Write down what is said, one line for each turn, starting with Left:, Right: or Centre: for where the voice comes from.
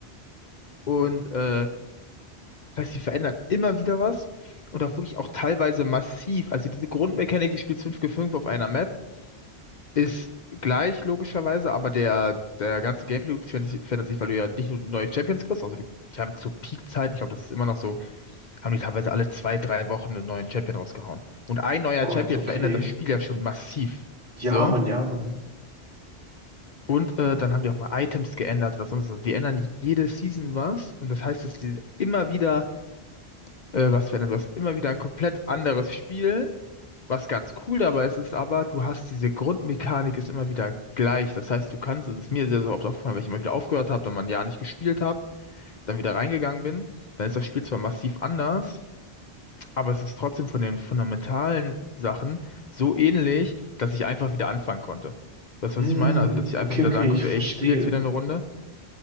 Left: Und äh, das heißt, die verändern immer wieder was. Und auch wirklich auch teilweise massiv. Also diese Grundmechanik, du spielst 5 gegen 5 auf einer Map. Ist gleich logischerweise, aber der, der ganze Gameplay-Loop verändert verändert sich, weil du ja nicht nur neue Champions kriegst, also du, die haben zur Peak-Zeit, ich glaube, das ist immer noch so, haben die teilweise alle zwei, drei Wochen einen neuen Champion rausgehauen. Und ein neuer
Right: Gott,
Left: Champion
Right: okay.
Left: verändert das Spiel ja schon massiv.
Right: Ja,
Left: So.
Right: Mann, ja, Mann.
Left: Und äh, dann haben die auch mal Items geändert oder sonst was. Die ändern jede Season was. Und das heißt, dass die immer wieder äh, was verändern. Du hast immer wieder ein komplett anderes Spiel Was ganz cool dabei ist, ist aber, du hast diese Grundmechanik ist immer wieder gleich. Das heißt, du kannst, es ist mir sehr, sehr oft aufgefallen, weil ich immer wieder aufgehört habe, dann mal ein Jahr nicht gespielt habe, dann wieder reingegangen bin, dann ist das Spiel zwar massiv anders, aber es ist trotzdem von den fundamentalen Sachen so ähnlich, dass ich einfach wieder anfangen konnte. Weißt du,
Right: Mm,
Left: was ich meine? Also, dass ich einfach
Right: okay,
Left: wieder
Right: okay,
Left: sagen konnte,
Right: ich verstehe.
Left: ey, ich spiele jetzt wieder eine Runde